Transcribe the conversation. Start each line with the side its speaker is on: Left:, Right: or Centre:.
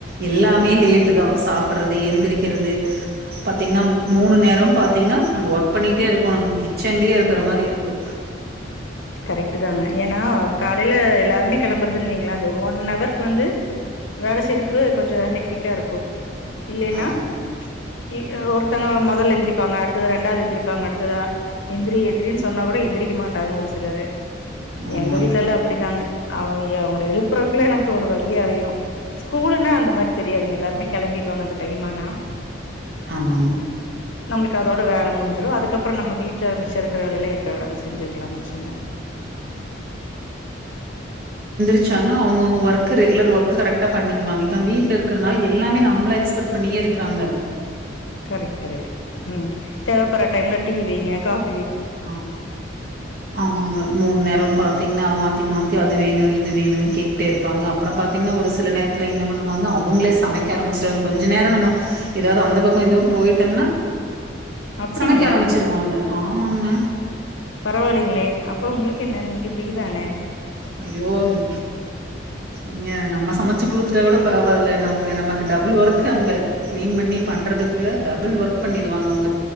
Right: எல்லாமே லேட்டுதா சாப்றது எந்திரிக்கிறது பா த்தீங்கன்னா மூணு நேரோ பாத்தீங்கன்னா நம்ம ஒர்க் பண்ணிட்டே இருக்கணு கிச்சன்லயே இருக்கற மாரி இருக்கு
Left: கரெக்ட்டு தாங்க ஏனா காலைல எல்லாருமே கெளம்புறதுன்னு வைங்களேன் அந்த ஒன் ஹவருக்கு வந்து வேல செய்யறக்கு கொஞ்சோ ஹெட்டிக்கா இருக்கு இல்லைன்னா
Right: ஆமாங்க
Left: இ ஒருத்தங்க மொதல் எந்திரிப்பாங்க அடுத்தது ரெண்டாவது எந்திரிப்பாங்க அடுத்தது அ எந்திரி எந்திரின்னு சொன்னா கூட எந்திரிக்க மாட்டாங்க ஒரு சி லரு
Right: ஆமாங்க
Left: எங்க வீட்லல்லா அப்டிதாங்க அவுங்க அவுங்கள எழுப்பறக்குள்ள எனக்கு ஒரு வழியாயிரு ஸ்கூலுன்னா அந்த மாரி தெரியாதுங்க எல்லாருமே கெளம்பிருவாங்க அந்த டைமானா
Right: ஆமாங்க
Left: நம்மளுக்கு அதோட வேல முடிஞ்சிரு அதுக்கப்பறோ நம்ம வீட்ல மிச்ச இருக்கிற வேலயெல்லா எப்ப வேணாலு செஞ்சுக்கலாமாச்சே ங்க
Right: முடிச்சாங்கனா அவுங்கவுங்க ஒர்க் ரெகுலர் ஒர்க்க கரெக்டா பண்ணிக்குவாங்க இப்ப நம் வீட்ல இருக்குறனால எல்லாமே நம்மள எக்ஸ்பெக்ட் பண்ணியே இருக்கறாங்க
Left: கரெக்ட் கரெக்ட் ம் தேவ படற டைம்ல டீ வைங்க காஃ
Right: ஆ ஆமாங்க மூண் நேரோ பாத்தீங்கன்னா மாத்தி மாத்தி அது வேணு இது வேணுனு கேட்டே இருப்பாங்க அப்றோ பாத்தீங்கன்னா ஒரு சில நேரத்துல என்ன பண்ணுவாங்க அவுங்களே சமைக்க ஆரம்பிச்சிருவாங்க கொஞ்ச நேரோ நம்ம எதாவது அந்த பக்கோ இந்த பக்கோ போயிட்டோம்னா
Left: அப்டிங்களா
Right: சமைக்க ஆரம்பிச்சிருவாங்க ஆமாங்கண்ண
Left: பரவாலைங்ளே அப்போ உங்களுக்கு என்ன நீங்க ஃப்ரீதான
Right: அய்யோ நீ நீங்க நம்ம சமச்சு குடுத்துட்டா கூட பரவால்ல நவுங்க நம்ம க்கு டபுள் ஒர்க்கு அங்க க்ளீன்
Left: ம்
Right: பண்ணி பண்றதுக்குள்ள டபுள் ஒர்க் பண்ணிருவாங்க அவுங்க